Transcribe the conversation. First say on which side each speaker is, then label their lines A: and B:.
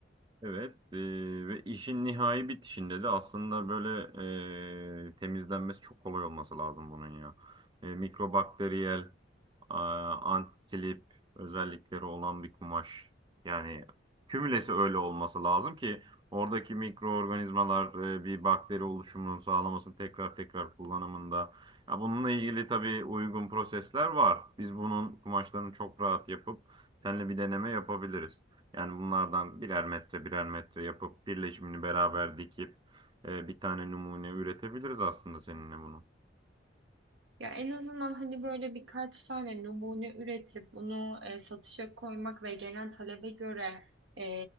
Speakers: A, on the right; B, on the right.
A: Evet e, ve işin nihai bitişinde de aslında böyle e, temizlenmesi çok kolay olması lazım bunun ya. E, mikrobakteriyel, a, antislip özellikleri olan bir kumaş. Yani kümülesi öyle olması lazım ki oradaki mikroorganizmalar e, bir bakteri oluşumunu sağlamasını tekrar tekrar kullanımında. Ya bununla ilgili tabii uygun prosesler var. Biz bunun kumaşlarını çok rahat yapıp seninle bir deneme yapabiliriz. Yani bunlardan birer metre birer metre yapıp birleşimini beraber dikip e, bir tane numune üretebiliriz aslında seninle bunu.
B: Ya en azından hani böyle birkaç tane numune üretip bunu e, satışa koymak ve gelen talebe göre e,